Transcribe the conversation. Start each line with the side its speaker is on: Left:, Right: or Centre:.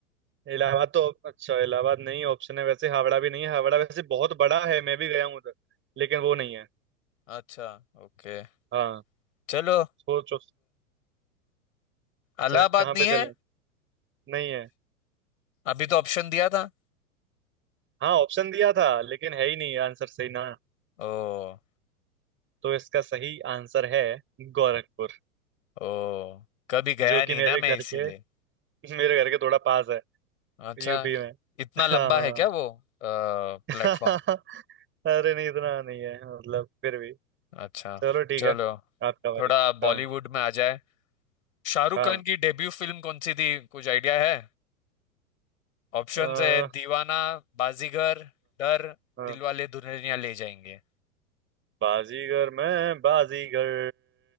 Right: इलाहाबाद तो अच्छा इलाहाबाद नहीं ऑप्शन है वैसे हावड़ा भी नहीं है हावड़ा वैसे बहुत बड़ा है मैं भी गया हूँ उधर लेकिन वो नहीं है
Left: अच्छा ओके
Right: हाँ
Left: चलो
Right: सोचो
Left: इलाहाबाद
Right: सर, कहाँ पे
Left: नहीं
Right: चलें
Left: है
Right: नहीं है
Left: अभी तो ऑप्शन दिया था
Right: हाँ ऑप्शन दिया था लेकिन है ही नहीं आंसर सही ना
Left: ओ
Right: तो इसका सही आंसर है गोरखपुर
Left: ओ कभी गया
Right: जो कि
Left: नहीं
Right: मेरे
Left: ना मैं
Right: घर
Left: इसीलिए
Right: के मेरे घर के थोड़ा पास है
Left: अच्छा
Right: यूपी
Left: इ-
Right: में
Left: इतना लंबा
Right: हाँ
Left: है क्या वो प्लेटफॉर्म
Right: <laughs> अरे नहीं इतना नहीं है मतलब फिर भी
Left: अच्छा
Right: चलो ठीक
Left: चलो
Right: है आपका बारी
Left: थोड़ा बॉलीवुड
Right: हाँ
Left: में आ जाए शाहरुख
Right: हाँ
Left: खान की डेब्यू फिल्म कौन सी थी कुछ आइडिया है ऑप्शंस
Right: अ, हाँ
Left: है दीवाना बाजीगर डर
Right: हाँ,
Left: दिलवाले दुल्हनिया ले जाएंगे
Right: बाजीगर मैं बाजीगर